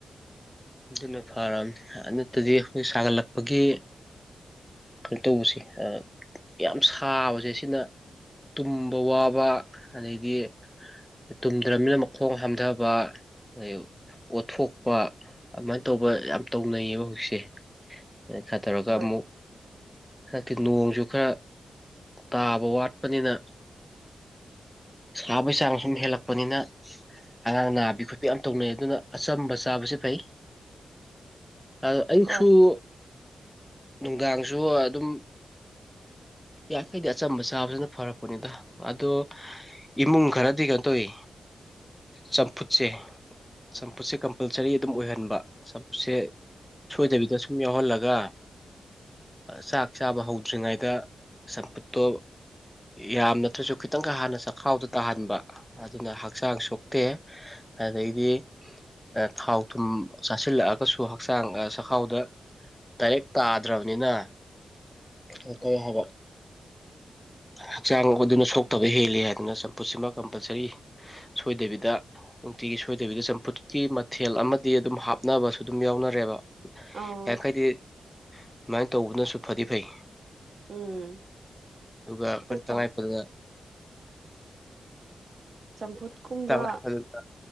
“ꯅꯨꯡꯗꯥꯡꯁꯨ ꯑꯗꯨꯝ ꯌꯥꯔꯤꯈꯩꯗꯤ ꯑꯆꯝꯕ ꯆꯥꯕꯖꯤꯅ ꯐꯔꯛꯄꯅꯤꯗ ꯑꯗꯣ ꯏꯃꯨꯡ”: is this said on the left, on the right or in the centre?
Centre